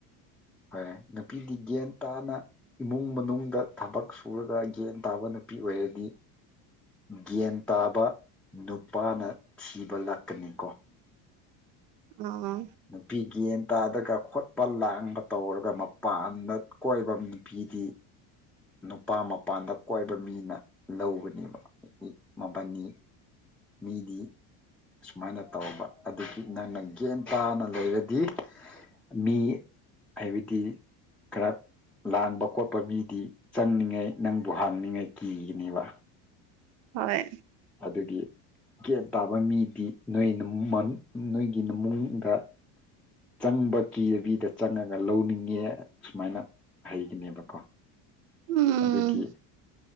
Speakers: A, in the centre; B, on the right (about 90°).
A: ꯍꯣꯏ ꯅꯨꯄꯤꯗꯤ ꯒ꯭ꯌꯥꯟ ꯇꯥꯅ ꯏꯃꯨꯡ ꯃꯅꯨꯡꯗ ꯊꯕꯛ ꯁꯨ ꯁꯨꯔꯒ ꯒꯦꯟ ꯇꯥꯕ ꯅꯨꯄꯤ ꯑꯣꯏꯔꯗꯤ ꯒꯦꯟ ꯇꯥꯕ ꯅꯨꯄꯥꯅ ꯊꯤꯕ ꯂꯥꯛꯀꯅꯤꯀꯣ
B: ꯑꯥ
A: ꯅꯨꯄꯤꯒꯦꯝ ꯇꯥꯗꯒ ꯈꯣꯠꯄ ꯂꯥꯡꯕ ꯇꯧꯔꯒ ꯃꯄꯥꯟꯗ ꯀꯣꯏꯕ ꯅꯨꯄꯤꯗꯤ ꯅꯨꯄꯥ ꯃꯄꯥꯟꯗ ꯀꯣꯏꯕ ꯃꯤꯅ ꯂꯧꯕꯅꯦꯕ ꯃꯕꯥꯟꯅꯤ ꯃꯤꯗꯤ ꯁꯨꯃꯥꯏꯅ ꯇꯧꯕ ꯑꯗꯒꯤ ꯅꯪꯅ ꯒꯦꯟ ꯇꯥꯅ ꯂꯩꯔꯗꯤ ꯃꯤ ꯍꯥꯏꯕꯗꯤ ꯈꯔ ꯂꯥꯡꯕ ꯈꯣꯠꯄ ꯄ ꯃꯤꯗꯤ ꯆꯪꯅꯤꯡꯉꯥꯏ ꯅꯪꯕꯨ ꯍꯥꯡꯅꯤꯡꯉꯥꯏ ꯀꯤꯒꯅꯦꯕ
B: ꯍꯣꯏ
A: ꯑꯗꯨꯒꯤ ꯒꯦꯠ ꯇꯥꯕ ꯃꯤꯗꯤ ꯅꯣꯏ ꯅꯣꯏꯒꯤ ꯏꯃꯨꯡꯗ ꯆꯪꯕ ꯀꯤꯔꯕꯤꯗ ꯆꯪꯉꯒ ꯂꯧꯅꯤꯡꯉꯦ ꯁꯨꯃꯥꯏꯅ ꯍꯩꯒꯅꯦꯕꯀꯣ
B: ꯎꯝ
A: ꯑꯗꯨꯒꯤ